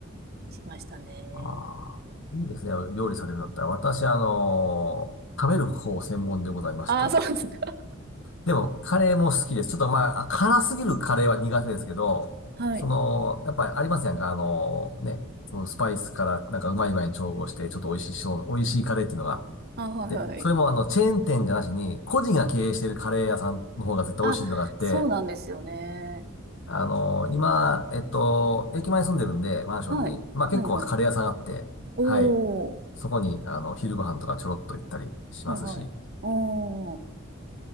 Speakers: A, on the right; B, on the left.
A: しましたね。
B: ああ。いいですね。料理されるんだったら。私、あの、食べる方専門でございまして。
A: ああ、そうですか。<laughs>
B: でも、カレーも好きです。ちょっとまあ、辛すぎるカレーは苦手ですけど、
A: はい。
B: その、やっぱりありますやんか、あの、ね、そのスパイスからなんかうまい具合に調合して、ちょっと美味しいしょう、美味しいカレーっていうのが。
A: あ、はいはい。
B: で、それもあの、チェーン店じゃなしに、個人が経営しているカレー屋さんの方が絶対美味しいのがあって、
A: あ、そうなんですよね。
B: あの、今、えっと、駅前に住んでるんで、マンションに、
A: はい。
B: まあ結構カレー屋さんあって、
A: はいはい。おー、
B: はい、そこに、あの、昼ご飯とかちょろっと行ったりしますし、
A: はいはい。おー。